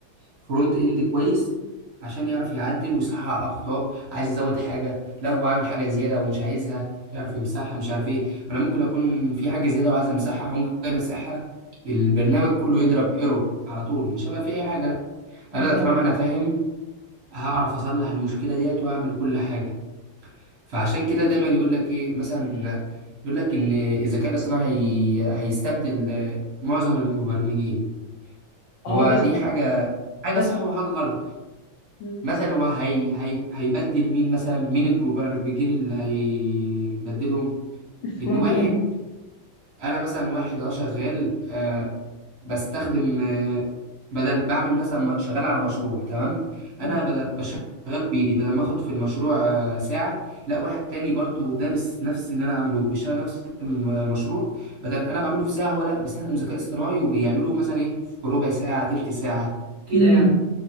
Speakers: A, on the right; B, on the left.
A: فرونت اند كويس عشان يعرف يعدل ويصحح اخطاء عايز يزود حاجه لا هو عامل حاجه زياده ومش عايزها يعرف يمسحها مش عارف ايه ما انا ممكن اكون في حاجه زياده وعايز امسحها اقوم جاي مسحها البرنامج كله يضرب ايرور على طول مش هيبقى فيه اي حاجه لا
B: بالظبط
A: انا طالما انا فاهم هعرف اصلح المشكله ديت واعمل كل حاجه فعشان كده دايما يقول لك ايه مثلا يقول لك ان الذكاء الاصطناعي هي... هيستبدل آه، معظم المبرمجين
B: اه
A: هو
B: بسمع
A: دي حاجه حاجه
B: بسمع
A: صح وحاجه غلط
B: مم.
A: مثلا هو هي... هي... هيبدل مين مثلا مين المبرمجين اللي هيبدلهم
B: الفرونت
A: ان واحد
B: اند
A: انا مثلا واحد اه شغال آه بستخدم آه بدل بعمل مثلا م- شغال على مشروع تمام
B: تمام
A: انا بدل بشغل بايدي بدل ما اخد في المشروع آه ساعه لا واحد تاني برضو دارس نفس اللي انا عامله بيشتغل نفس الم- المشروع بدل انا بعمله في ساعه هو لا بيستخدم ذكاء اصطناعي وبيعمله مثلا ايه في ربع ساعه تلت ساعه كده
B: مم.
A: يعني